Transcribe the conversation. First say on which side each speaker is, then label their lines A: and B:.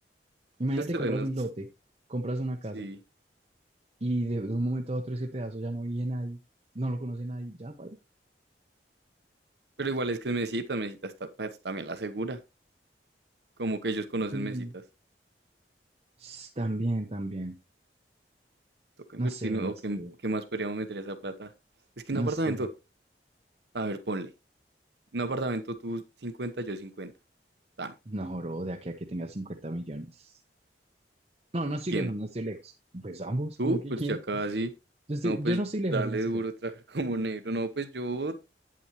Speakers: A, on the right (about 35°); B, on the right (about 70°).
A: Imagínate,
B: Los terrenos,
A: compras un lote, compras una casa
B: sí.
A: y de, de un momento a otro ese pedazo ya no vive nadie, no lo conoce nadie, ya, paila.
B: Pero igual es que es Mesitas, Mesitas ta- pues, también la asegura. Como que ellos conocen
A: Mm,
B: Mesitas.
A: s- también, también,
B: Toca
A: no
B: invertir,
A: sé,
B: ¿no?
A: no
B: ¿O
A: sé.
B: qué, qué más podríamos meter esa plata? Es que un apartamento,
A: No sé,
B: a ver, ponle. Un apartamento tú 50, yo cincuenta, Tan.
A: no, bro, de aquí a que tenga 50 millones. No, no estoy
B: ¿Quién?
A: lejos, no estoy lejos. Pues ambos,
B: Tú,
A: como que
B: pues
A: quién?
B: ya casi,
A: Yo estoy,
B: no,
A: yo
B: pues
A: no estoy lejos,
B: darle
A: yo no estoy
B: duro,
A: lejos.
B: trabajar <laughs> como negro, no, pues yo,